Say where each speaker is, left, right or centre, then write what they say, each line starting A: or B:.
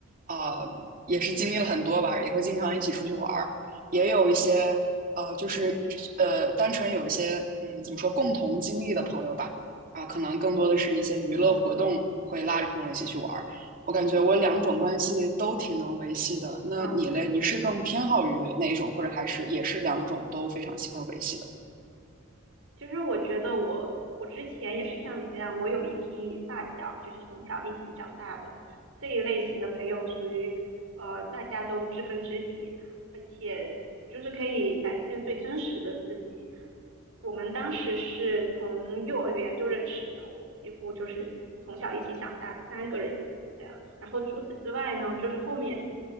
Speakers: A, on the right; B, on the right.
A: 呃，也是经历了很多吧，也会经常一起出去玩儿，也有一些呃，就是呃，单纯有一些嗯，怎么说，共同经历的朋友吧，啊、可能更多的是一些娱乐活动会拉着朋友一起去玩
B: 嗯
A: 我感觉我两种关系都挺能维系的。那你嘞？
B: 嗯，
A: 你是更偏好于哪一种，或者还是也是两种都非常喜欢维系的？
B: 其实我觉得我我之前也是像你这样，我有一批发小，就是从小一起长大的这一类型的朋友，属于呃大家都知根知底，而且就是可以展现最真实的自己。我们当时是从幼儿园就认识的，我们几乎就是从小一起长大，三个人。然后除此之外呢，就是后面